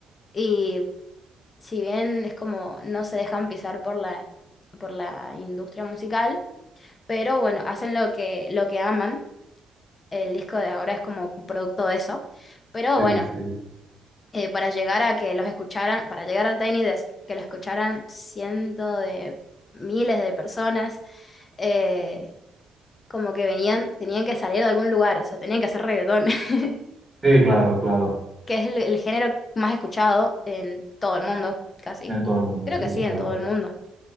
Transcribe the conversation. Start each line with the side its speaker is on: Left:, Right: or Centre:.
Left: Y si bien es como no se dejan pisar por la, por la industria musical, pero bueno, hacen lo que, lo que aman. El disco de ahora es como un producto de eso. Pero
Right: Sí,
Left: bueno,
Right: sí.
Left: eh, para llegar a que los escucharan, para llegar al Tiny Desk, que lo escucharan cientos de miles de personas, eh, como que venían, tenían que salir de algún lugar, o sea, tenían que hacer reggaetón, <laughs>
Right: Sí, claro, claro.
Left: que es el, el género más escuchado en todo el mundo, casi.
Right: En todo el mundo,
Left: Creo
Right: sí,
Left: que
Right: es
Left: sí, en
Right: verdad.
Left: todo el mundo.